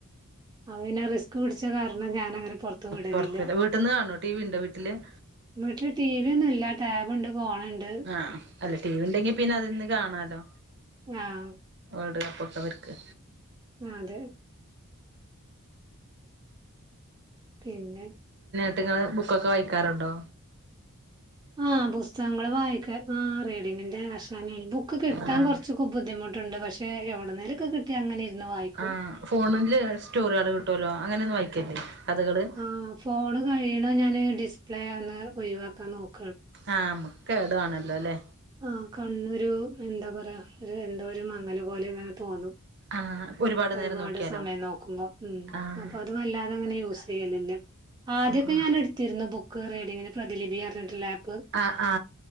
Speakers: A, on the right; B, on the right.
A: അപ്പൊ പിന്നെ റിസ്ക് പിടിച്ച കാരണം ക ഞാന അങ്ങനെ പൊറത്തു വിടലില്ല
B: പുറത്തല്ല വീട്ടിൽന്ന് കാണോ ടി വി ഉണ്ടോ വീട്ടില്
A: വീട്ടില് ടി വി ഒന്നും ഇല്ല ടാബ്ണ്ട് ഫോണുണ്ട്
B: ആഹ് അല്ല ടി വി ഉണ്ടെങ്കി പിന്നെ അതിൽന്ന് കാണാലോ
A: ആഹ്
B: വേൾഡ് കപ്പ് പൊക്കവർക്ക്
A: ആ അതെ പിന്നെ
B: അപ്പോ ഇങ്ങള് ബുക്കൊക്കെ വാറുണ്ടോ
A: ആ പുസ്തകങ്ങള്ൾ വായിക്ക ആ റഡിങ്ങിന്റെ പ്രശ്നം ബുക്ക് കിട്ടാൻ
B: ആഹ്
A: കുറച്ചൊക്കെ ബുദ്ധിമുട്ടുണ്ട് പക്ഷെ പക്ഷെവിടന്ന നേരൊക്കെ കിട്ടി അങ്ങനെ ഇരുന്ന് വായിക്കും
B: ആ ഫോണില് സ്റ്റോറി ആള് കിട്ടുമല്ലോ അങ്ങനെ ഒന്നും വായിക്കല്ലേ കഥകള്
A: ആ ഫോണ് കഴിയണ ഞാന് ഡിസ്പ്ലേ ഒന്ന് ഒഴിവാക്കാൻ നോക്കും
B: ആ മമുക്ക് ടവാണല്ലോ അല്ലേ
A: ആ കണ്ണരു എന്താ പറയാ ഒരു എന്തോ ഒരു മങ്ങല് പോലെ ഇങ്ങനെ തോന്നും
B: ആഹ്
A: ഒരുപാട്
B: നേരം നോക്കിയാലോ
A: സമയം നോക്കുമ്പോ ഉം
B: ആഹ്
A: അപ്പൊ അത് വല്ലാതെ അങ്ങനെ യൂസ് ചെയ്യലല്ലേ ആദ്യമൊക്കെ
B: ആഹ്
A: ഞാൻ എടുത്തിരുന്നു ബുക്ക് റീഡിംഗിന് പ്രതിലിപി പറഞ്ഞിട്ട് ലാപ്പ്
B: ആ ആ